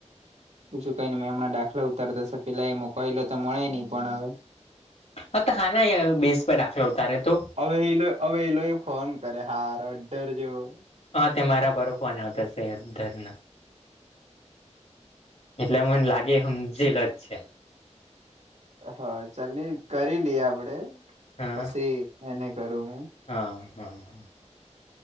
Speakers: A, on the right; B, on the left.
A: બીછું કઈ નઈ, મેં હમણા દાખલો ઉતારતા હશે પેલા એ મોકલો તો મળે નહીં પણ હવે.
B: હ.. તો હા ના બેઝ પર દાખલો ઉતર્યો તો
A: હવે એને હવે એઈલોય ફોન કરે હાર અ ડર જેવો.
B: હા, તે મારા પર ફોન આવતા હશે હદધર ના એટલે મને લાગે એ સમજેલ જ છે.
A: હ ચાલ નઈ કરી લઈએ આપડે,
B: હા
A: પછી એને કરું મે
B: હા.. હા